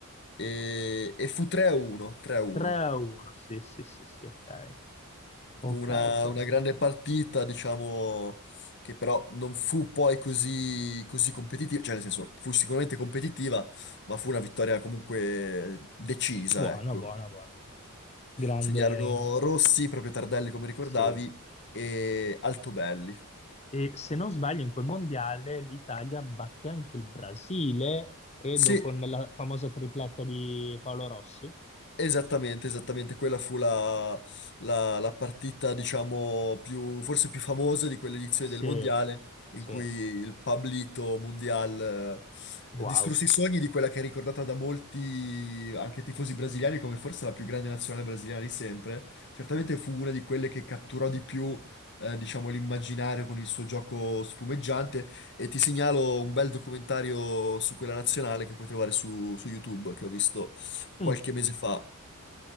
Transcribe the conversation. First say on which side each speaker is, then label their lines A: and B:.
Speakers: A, on the left; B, on the left.
A: E, e fu 3-1, 3-1.
B: 3-1, sì, sì, sì, sì, ok. Ok,
A: Fu una,
B: ok.
A: una
B: ok.
A: grande partita, diciamo, che però non fu poi così, così competitiva, cioè nel senso, fu sicuramente competitiva, ma fu una vittoria comunque decisa,
B: Buono,
A: ecco.
B: buono, buono. Grande,
A: Segnarono Rossi, proprio Tardelli come ricordavi,
B: sì.
A: e Altobelli.
B: E se non sbaglio, in quel mondiale l'Italia batte anche il Brasile, credo,
A: Sì,
B: con la famosa tripletta di Paolo Rossi.
A: Esattamente, esattamente, quella fu la, la- la partita, diciamo, più, forse più famosa di quell'edizione
B: Sì,
A: del Mondiale, in
B: sì.
A: cui il Pablito Mundial
B: Wow.
A: eh, distrusse i sogni di quella che è ricordata da molti, anche tifosi brasiliani, come forse la più grande nazionale brasiliana di sempre. Certamente fu una di quelle che catturò di più, eh, diciamo, l'immaginario con il suo gioco sfumeggiante e ti segnalo un bel documentario su quella nazionale che puoi trovare su su YouTube, che ho visto qualche
B: Mm,
A: mese fa.